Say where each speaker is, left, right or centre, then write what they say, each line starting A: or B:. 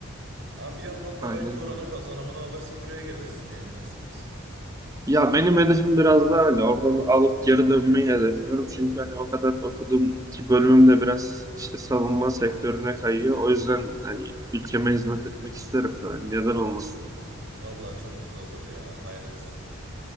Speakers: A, on the right; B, on the right.
A: Ama bir yandan da
B: Aynen
A: belki oranın
B: öyle.
A: kazanımını alırsın buraya gelirsin yani nasip kısmet.
B: Ya benim hedefim biraz daha öyle. Oradan alıp geri dönmeyi hedefliyorum. Çünkü hani o kadar okudum ki bölümüm de biraz işte savunma sektörüne kayıyor. O yüzden hani ülkeme hizmet etmek isterim. Yani neden olmasın?
A: Vallahi çok güzel olur ya. Hayırlısı.